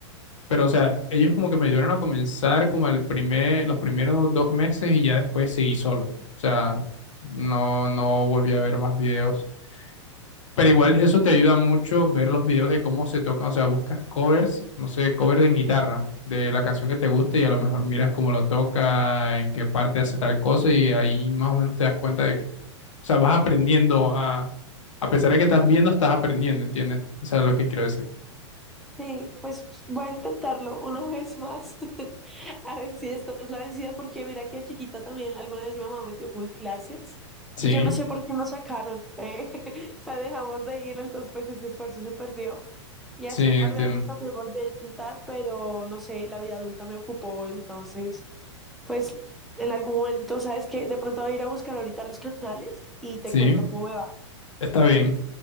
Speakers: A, on the left; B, in the centre.
A: Pero, o sea, ellos como que me ayudaron a comenzar como el primer, los primeros dos meses y ya después seguí solo. O sea, no, no volví a ver más videos. Pero igual eso te ayuda mucho ver los videos de cómo se tocan, o sea, buscas covers, no sé, cover en guitarra de la canción que te guste y a lo mejor miras cómo lo toca, en qué parte hace tal cosa y ahí más o menos te das cuenta de, o sea, vas aprendiendo a, a pesar de que estás viendo, estás aprendiendo, ¿entiendes? O sea, es lo que quiero decir.
B: Sí, pues voy a intentarlo una vez más. <laughs> A ver si esta es la vencida, porque mira que de chiquita también alguna vez mi mamá me tuvo como en clases
A: Sí,
B: y yo no sé por qué nos sacaron. eh, <laughs> O sea, dejamos de ir, entonces pues ese esfuerzo se perdió. Y
A: sí,
B: hace
A: entiendo.
B: un par de años también volví a intentar, pero no sé, la vida adulta me ocupó, entonces pues en algún momento, ¿sabes qué? De pronto voy a ir a buscar ahorita los canales y te
A: Sí,
B: cuento cómo me va.
A: está bien.